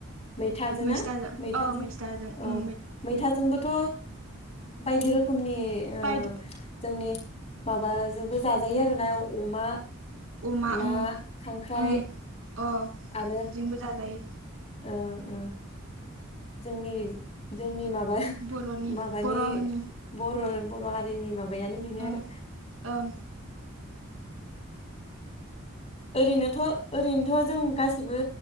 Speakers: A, on the left (about 30°); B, on the right (about 75°).
A: मैथाजों ना
B: मैस्थाजों
A: मैथाजों
B: अ मैस्थाजों
A: औ
B: उम
A: मैथाजों बोथ' बायदि रोखोमनि ओ
B: बायदि
A: जोंनि माबाजोंबो जाजायो आरोना अमा
B: अमा
A: ना
B: उम
A: खांख्राइ
B: उम अ
A: आरो
B: जोंबो जाजायो
A: ओं ओ जोंनि जोंनि माबा <unintelligible>
B: बर'नि
A: माबानि
B: बर'नि
A: बर बर हारिनि बैयानो बिनो
B: ओं
A: आरो
B: ओं
A: ओरैनोथ ओरैनोथ जों गासिबो